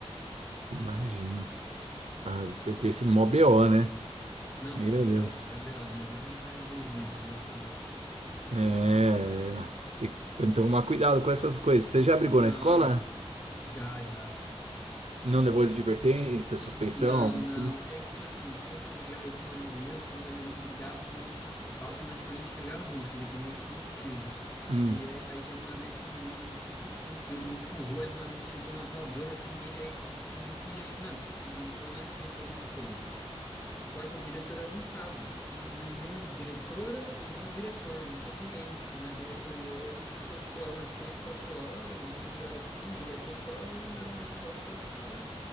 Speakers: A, on the right; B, on the left.
A: imagina. Ah, deve ter sido mó BO, né?
B: Não,
A: Meu
B: foi mó
A: Deus.
B: BO, foi mó BO. Ainda bem que eu não estava envolvido dessa vez.
A: É, tem, tem que tomar cuidado com essas coisas. Você já brigou
B: Não,
A: na escola?
B: já, já.
A: Não levou de advertência, suspensão,
B: Não,
A: algo assim?
B: não. É que, tipo assim, quando eu brigava, eu tinha um amigo meu que quando um brigava, o outro automaticamente brigava junto, independente do motivo.
A: Hum,
B: E aí, aí teve uma vez com um menino, não sei o que aconteceu, ele me empurrou, aí meu amigo chegou na voadora, assim, nele, aí eu fui, desci, aí, mano, mano, foi nós três pra diretoria. Só que a diretora não estava. E o- nem a diretora e nem o diretor, não tinha ninguém na diretoria. E aí a gente ficou, tipo, lá umas três, quatro horas, umas três horas assim, aí ia ter prova e mandaram nós de volta para a sala.